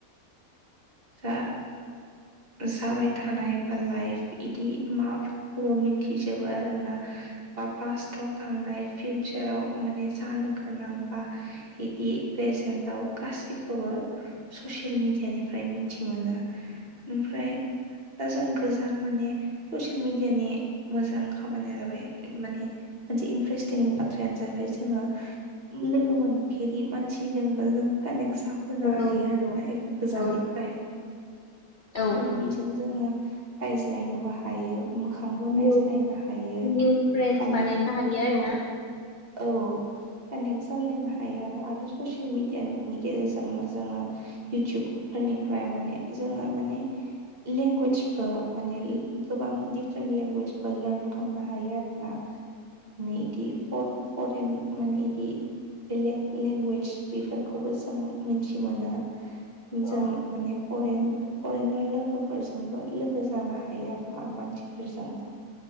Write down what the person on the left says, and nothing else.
औ
औ औ औ
निउ
निउ फ्रेन्स
बानायनो हायो आरो
ना
औ